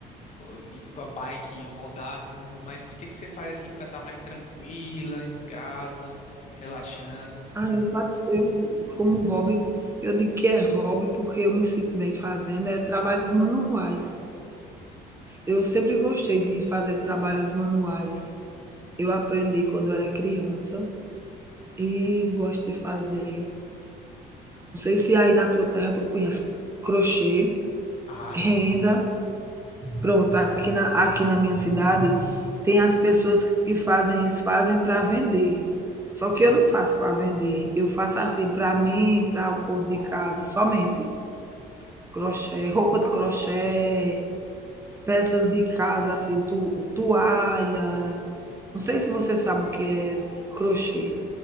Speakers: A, on the left (about 45°); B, on the right (about 15°).
A: co- ir com a bike, rodar tudo, mas o que que você faz assim para estar mais tranquila em casa, relaxando?
B: Ah, eu faço eu como hobby, eu digo que é hobby, porque eu me sinto bem fazendo, é trabalhos manuais. eu sempre gostei de fazer esses trabalhos manuais. Eu aprendi quando eu era criança e gosto de fazer. Não sei se aí na tua terra tu conhece crochê,
A: Ah,
B: renda.
A: sim.
B: Pronto, aqui na aqui na minha cidade tem as pessoas que fazem isso, fazem para vender. Só que eu não faço para vender, eu faço assim, para mim, para o povo de casa, somente. Crochê, roupa de crochê, peças de casa, assim, tu toalha, não sei se você sabe o que é crochê.